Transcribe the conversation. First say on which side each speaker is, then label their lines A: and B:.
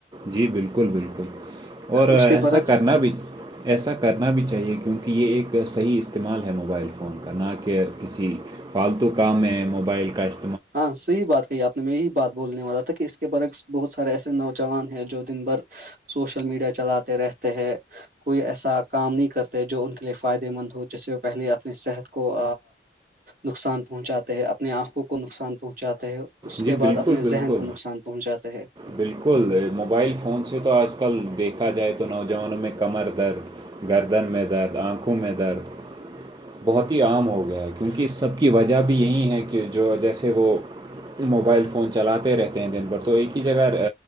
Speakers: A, on the right; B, on the right.
A: جی بالکل بالکل اور ایسا
B: اس کے برعکس
A: کرنا بھی ایسا کرنا بھی چاہیے کیونکہ یہ ایک صحیح استعمال ہے موبائل فون کا نہ کہ کسی فالتو کام ہے موبائل کا اس
B: ہاں صحی بات کہی آپ میں یہی بات بولنے والا تھا کہ اس کے برعس بہت سارے ایسے نوجوان ہیں جو دن بھر سوشل میڈیا چلاتے رہتے ہیں کوئی ایسا کام نہیں کرتے جو ان کے لیے فائدے مند ہو جس سے وہ پہلے اپنی صحت کو نقصان پہنچاتے ہیں اپنی آنکھوں کو کو نقصان پہنچاتے ہے اس کے
A: جی
B: بعد
A: بالکل
B: اپنے
A: بالکل
B: ذہن کو نقصان پہنچاتے ہے
A: بالکل موبائل فون سے تو آج کل دیکھا جائے تو نوجوانوں میں کمر درد گردن میں درد آنکھوں میں درد بہت ہی عام ہو گیا ہے کیونکہ اس سب کی وجہ بھی یہی ہے کہ جو جیسے وہ موبائل فون چلاتے رہتے ہیں دن بھر تو ایک ہی جگہ